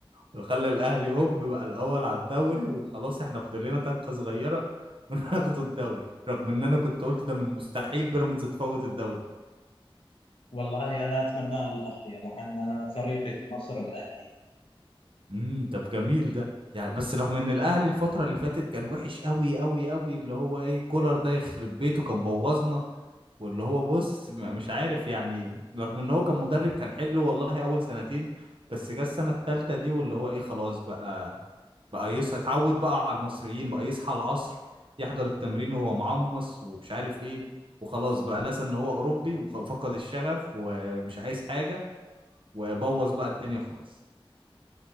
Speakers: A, on the right; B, on the left.
A: وخلى الاهلي هوب بقى الاول على الدوري وخلاص احنا فاضل لنا طاقة صغيرة <laughs> وناخدوا الدوري رغم ان انا كنت قلت ده من مستحيل بيراميدز تفوت الدوري
B: والله أنا أتمنى الأهلي لأن أنا فريقي في مصر الأهلي
A: امم طب جميل ده يعني بس رغم ان الاهلي الفتره اللي فاتت كان وحش قوي قوي قوي اللي هو ايه كولر ده يخرب بيته كان بوظنا واللي هو بص م- مش عارف يعني رغم ان هو كان مدرب كان حلو والله اول سنتين بس جه السنه الثالثه دي واللي هو ايه خلاص بقى بقى يصحى اتعود بقى على المصريين بقى يصحى العصر يحضر التمرين وهو معمص ومش عارف ايه وخلاص بقى نسى ان هو اوروبي وفقد الشغف ومش عايز حاجه وبوظ بقى الدنيا خالص